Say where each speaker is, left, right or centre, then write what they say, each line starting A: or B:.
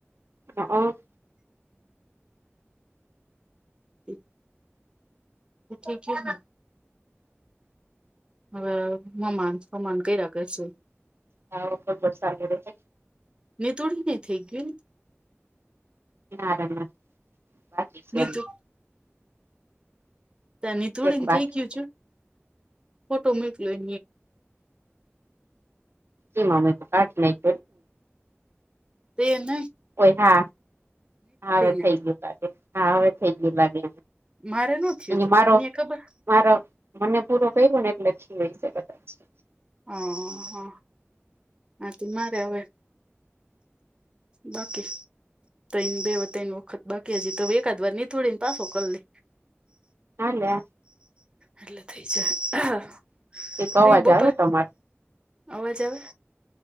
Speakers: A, on the right; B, on the right.
A: હ ઓ
B: હ ઠીક છે હ હવે હમાન હમાન ક્યા કરશું.
A: હા ખબર સા ર છે.
B: ને તોોડી નઈ થઈ ગયું ને
A: નારા બાકી છે.
B: ને નિધુ તની થોડી
A: એક
B: ને
A: બાકી
B: થઈ ગયું છે ફોટો મોકલો એ
A: એ મામ તો કટનેટ
B: બે ન
A: હોય હા હવે
B: ને
A: થઈ ગયું તજે હા હવે થઈ ગયું લાગે
B: મારે ન થયું
A: અહીં
B: તું
A: મારો.
B: એને ખબર
A: મારો મને પૂરો કર્યો ને એટલેખી હોય છે બધા છે.
B: હ હા આા મારે હવે. બાકી. તને બે ત વખત બાકી હજી તો એકાદ વાર નીથોળી ને પાછો કરી લે
A: હેલો.
B: એટલે થ જ હ
A: એક
B: તઈ
A: અવાજ
B: બપર
A: આવે તમારો
B: અવાજ આવે